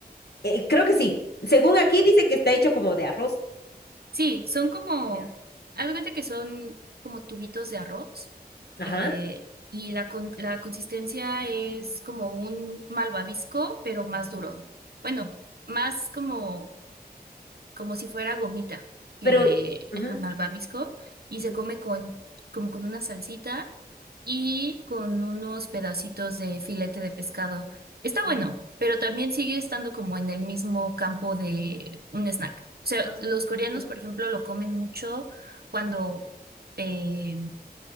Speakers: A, on the left; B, on the right.
A: Eh, creo que sí. Según aquí dice que está hecho como de arroz.
B: Sí, son como,
A: De
B: haz de cuenta que son como tubitos de arroz
A: Ajá.
B: eh, y la, con- la consistencia es como un malvavisco, pero más duro. Bueno, más como como si fuera gomita, que
A: Pero... ujú,
B: <laughs> ajá, malvavisco, y
A: ujú,
B: se come con, como con una salsita y con unos pedacitos de filete de pescado. Está
A: ah,
B: bueno, pero también sigue estando como en el mismo campo de un snack. O sea,
A: ujú,
B: los coreanos,
A: ujú.
B: por ejemplo, lo comen mucho cuando eh,